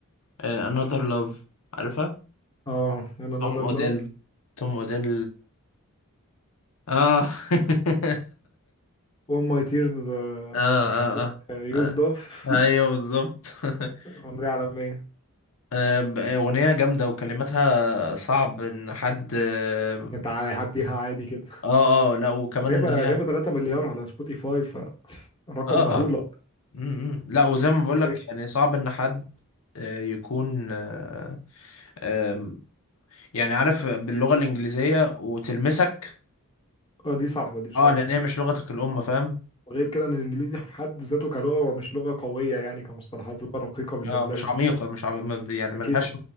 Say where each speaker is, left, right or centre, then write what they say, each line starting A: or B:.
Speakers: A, on the left; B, on the left.
A: آه، Another Love عارفها
B: اه in another
A: توم اوديل
B: love
A: توم اوديل اه <laughs>
B: all my tears uh,
A: اه اه
B: have been uh,
A: اه
B: used off
A: آه،
B: <laughs>
A: ايوه بالظبط <laughs>
B: ممضية عالمية
A: آه، ب- اغنيه جامده وكلماتها صعب ان حد اه
B: تعالى عديها عادي كده
A: اه لا وكمان
B: جايبة
A: ان هي
B: جايبة
A: اه
B: 3 مليار على سبوتيفاي فرقم
A: اه
B: مهول
A: م- م. لا وزي ما بقول لك
B: أصلاً.
A: يعني صعب ان حد آه، يكون آه، آم، يعني عارف باللغه الانجليزيه وتلمسك
B: اه دي صعبة دي بصراحة
A: اه لان هي مش لغتك الام فاهم
B: وغير كده ان الانجليزي في حد ذاته كلغة ومش لغة قوية يعني كمصطلحات لغة رقيقة بالنسبة
A: اه مش
B: لي بصراحة
A: عميقه مش عميقه يعني ملهاش
B: ركيكة